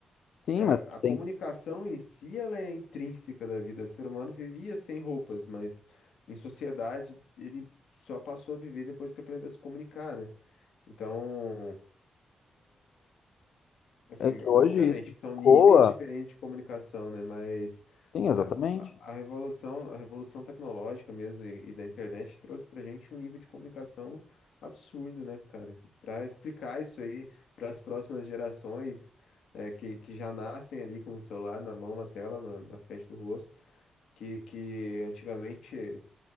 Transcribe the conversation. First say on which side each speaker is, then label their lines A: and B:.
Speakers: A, on the left (about 60°); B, on the left (about 80°).
A: Sim,
B: é,
A: mas é
B: a
A: que tem,
B: comunicação em si, ela é intrínseca da vida. O ser humano vivia sem roupas, mas em sociedade ele só passou a viver depois que aprendeu a se comunicar, né? Então, Assim,
A: é que hoje
B: obviamente
A: isso ecoa.
B: que são níveis diferentes de comunicação, né? Mas
A: Sim, exatamente.
B: é, o- a, a revolução, a revolução tecnológica mesmo e, e da internet trouxe pra gente um nível de comunicação absurdo, né, cara? Para explicar isso aí para as próximas gerações é, que, que já nascem ali com o celular na mão, uma tela na, na frente do rosto, que, que antigamente, e